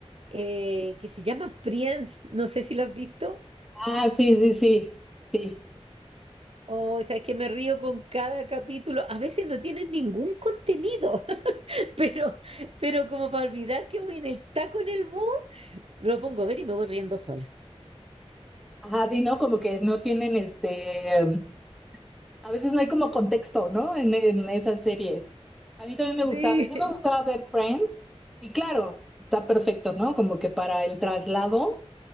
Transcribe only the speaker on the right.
eh, que se llama Friends. No sé si lo has visto.
Oh, O, sabes que me río con cada capítulo. A veces no tienen ningún contenido, <laughs> pero, pero como para olvidar que voy en el taco en el bus, me lo pongo a ver y me voy riendo sola.
Sí.